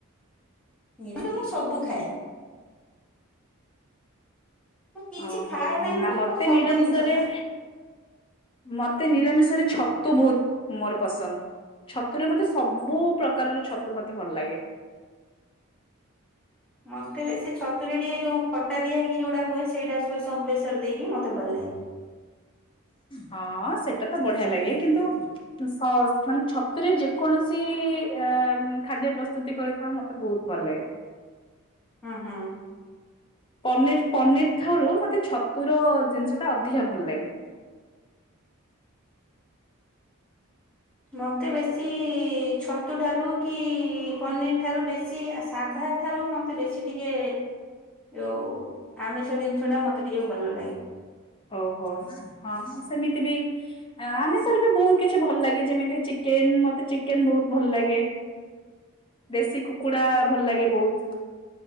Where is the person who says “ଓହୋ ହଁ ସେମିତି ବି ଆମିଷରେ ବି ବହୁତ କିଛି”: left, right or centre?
Left